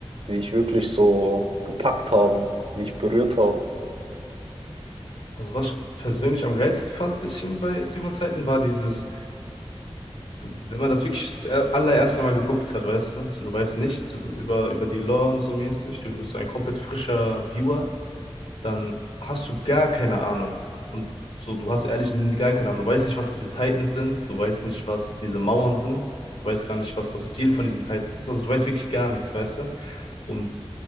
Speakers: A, on the right; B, on the left.
A: die dich wirklich so gepackt haben, die dich berührt haben?
B: Also, was ich persönlich am geilsten fand, bisschen bei Zurück in Zeiten, war dieses, du, wenn man das wirklich das er- allererste Mal geguckt hat, weißt du, so du weißt nichts so über, über die Lore und so mäßig, du bist so ein komplett frischer Viewer, dann hast du gar keine Ahnung. Und so, du hast ehrlich n- gar keine Ahnung. Du weißt nicht, was diese Titans sind, du weißt nicht, was diese Mauern sind, du weißt gar nicht, was das Ziel von diesen Titans ist. Also, du weißt wirklich gar nichts, weißt du? Und